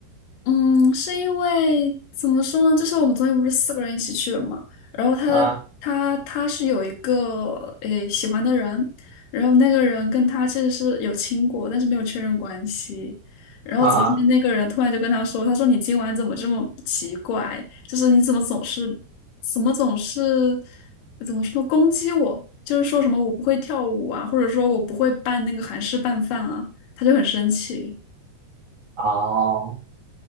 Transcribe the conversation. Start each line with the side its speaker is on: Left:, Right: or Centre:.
Left: 嗯，是因为怎么说呢？就是我们昨天不是四个人一起去的嘛，然后他他他是有一个诶喜欢的人，
Right: 啊
Left: 然后那个人跟他其实是有亲过，但是没有确认关系。然后昨天那个人突然就跟他说：
Right: 啊哈，
Left: “他说你今晚怎么这么奇怪？就是你怎么总是怎么总是怎么说攻击我？就是说什么我不会跳舞啊，或者说我不会拌那个韩式拌饭啊。”他就很生气。
Right: 哦，